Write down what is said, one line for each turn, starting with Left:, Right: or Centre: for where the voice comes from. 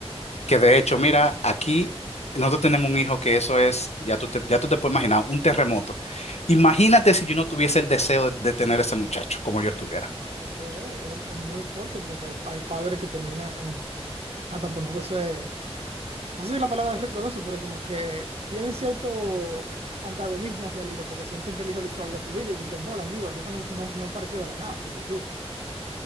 Left: que de hecho, mira, aquí nosotros tenemos un hijo que eso es, ya tú te, ya tú te puedes imaginar, un terremoto. Imagínate si yo no tuviese el deseo de, de tener ese muchacho como yo estuviera.
Right: Eso es, es, es muy fuerte porque hay, hay padres que terminan hasta poniéndose, no sé si la palabra es rencoroso, pero como que tienen cierto antagonismo hacia el hijo porque sienten que el hijo le hizo algo a su vida y dicen, bueno, amigo, el hijo no, no, no pareció de la nada, fuiste tú.